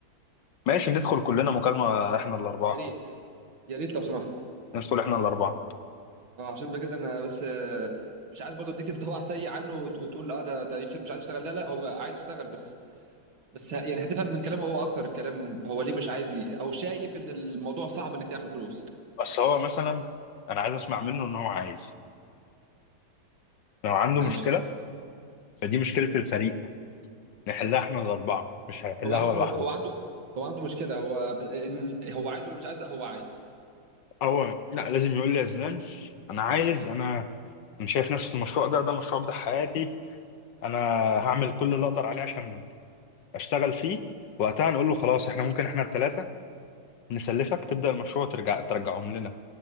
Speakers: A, on the left (about 65°); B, on the right (about 75°).
A: ماشي ندخل كلنا مكالمة احنا الأربعة
B: يا ريت يا ريت لو سمحت
A: ندخل احنا الأربعة
B: اه عشان بقى كده انا بس آه، مش عايز برضه اديك انطباع سيء عنه وت- وتقول اه ده ده يوسف مش عايز يشتغل لا لا هو عايز يشتغل بس بس ه- يعني هتفهم من كلامه هو اكتر الكلام هو ليه مش عايز ي- او شايف ان الموضوع صعب انك تعمل فلوس
A: بس هو مثلا أنا عايز أسمع منه إن هو عايز لو عنده
B: ماشي
A: مشكلة فدي مشكلة الفريق نحلها احنا الأربعة مش هيحلها
B: هو عنده
A: هو لوحده
B: م- هو عنده هو عنده مشكلة هو بس ان هو عايز ولا مش عايز لا هو عايز
A: هو لا لازم يقول لي يا زلان أنا عايز أنا أنا شايف نفسي في المشروع ده ده المشروع بتاع حياتي أنا هعمل كل اللي أقدر عليه عشان أشتغل فيه وقتها نقول له خلاص احنا ممكن احنا التلاتة نسلفك تبدأ المشروع وترجع ترجعهم لنا